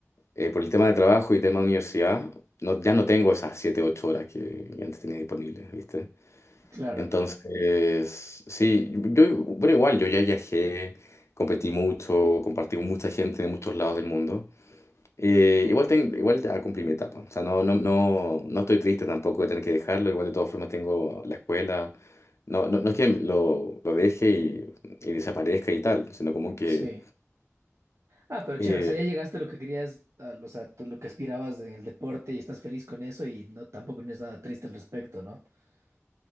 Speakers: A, on the left; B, on the right.
A: Eh, por el tema de trabajo y tema de universidad, no, ya no tengo esas 7 8 horas que antes tenía disponibles, ¿viste?
B: claro.
A: Entonces, sí, yo, bueno, igual, yo ya viajé, competí mucho, compartí con mucha gente de muchos lados del mundo. Eh, igual, ten- igual ya cumplí mi etapa, o sea, no, no, no, no estoy triste tampoco de tener que dejarlo, igual de todas formas tengo la escuela, no, no, no es que lo, lo deje y, y desaparezca y tal, sino como que...
B: Sí. Ah, pero chévere,
A: eh,
B: o sea, ya llegaste a lo que querías, a, o sea, tú lo que aspirabas en el deporte y estás feliz con eso y no tampoco no es nada triste al respecto, ¿no? <laughs>